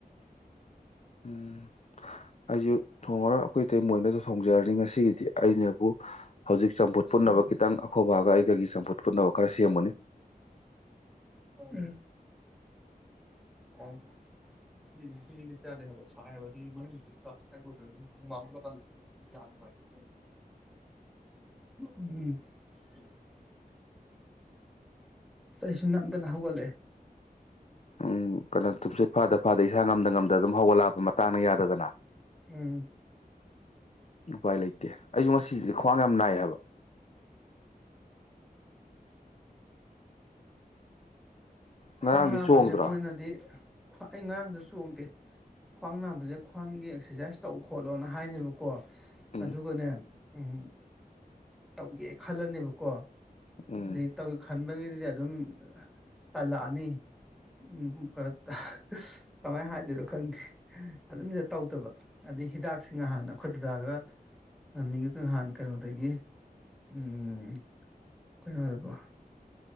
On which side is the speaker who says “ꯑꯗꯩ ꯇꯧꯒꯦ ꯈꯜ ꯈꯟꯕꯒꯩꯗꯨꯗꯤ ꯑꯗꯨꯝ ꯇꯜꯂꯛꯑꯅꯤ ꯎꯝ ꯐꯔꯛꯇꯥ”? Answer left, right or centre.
Centre